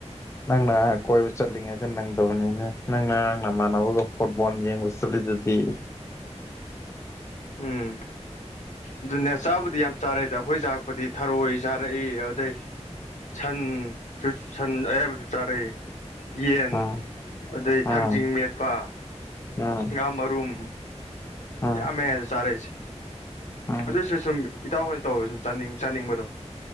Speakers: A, on the left (about 25°); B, on the left (about 80°).
A: ꯅꯪꯅ ꯀꯣꯏꯕ ꯆꯠꯂꯤꯉꯩꯗ ꯅꯪꯗꯕꯅꯤꯅꯦ ꯅꯪꯉꯔꯥꯡ ꯅꯃꯥꯟꯅꯕꯒ ꯐꯨꯠꯕꯣꯜ ꯌꯦꯡꯕ ꯆꯠꯂꯤꯗꯨꯗꯤ
B: ꯎꯝ ꯑꯗꯨꯅꯦ ꯆꯥꯕꯨꯗꯤ ꯌꯥꯝ ꯆꯥꯔꯦꯗ ꯑꯩꯈꯣꯏ ꯆꯥꯛꯄꯗꯤ ꯊꯔꯣꯏ ꯆꯥꯔꯛꯏ ꯑꯗꯩ ꯁꯟꯁꯨ ꯁꯟ ꯑꯌꯥꯏꯕꯁꯨ ꯆꯥꯔꯛꯑꯦ ꯌꯦꯟ
A: ꯎꯝ
B: ꯑꯗꯩ
A: ꯎꯝ
B: ꯊꯥꯡꯖꯤꯡ ꯃꯦꯠꯄ
A: ꯎꯝ
B: ꯉꯥ ꯃꯔꯨꯝ
A: ꯎꯝ
B: ꯌꯥꯝꯃꯦ ꯑꯥꯗ ꯆꯥꯔꯛꯏꯁꯦ
A: ꯎꯝ
B: ꯑꯗꯨꯁꯨ ꯁꯨꯝ ꯏꯇꯥꯎ ꯍꯣꯏꯅ ꯇꯧꯔ ꯁꯨꯝ ꯆꯥꯅꯤꯡ ꯆꯥꯅꯤꯡꯕꯗꯣ